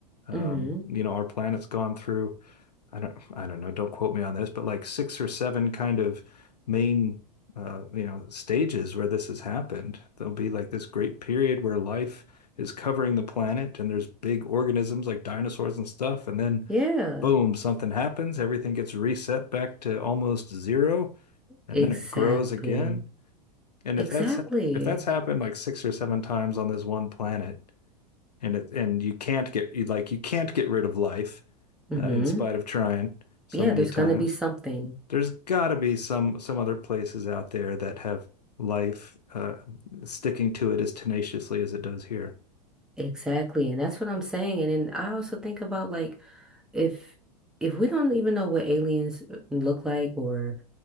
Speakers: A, on the left; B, in the centre.
A: Um,
B: hmm
A: you know, our planet's gone through I don't I don't know, don't quote me on this, but like six or seven kind of main uh, you know, stages where this has happened. There'll be like this great period where life is covering the planet and there's big organisms like dinosaurs and stuff, and then
B: Yeah.
A: boom, something happens, everything gets reset back to almost zero, and
B: Exactly.
A: then it grows again. And
B: Exactly.
A: if that's if that's happened like six or seven times on this one planet, and it and you can't get you like you can't get rid of life
B: hmm
A: uh, in spite of trying so
B: yeah,
A: many
B: there's
A: times.
B: gonna be something.
A: There's got to be some some other places out there that have life uh, sticking to it as tenaciously as it does here.
B: Exactly. And that's what I'm saying. And then I also think about like if if we don't even know what aliens uh, look like or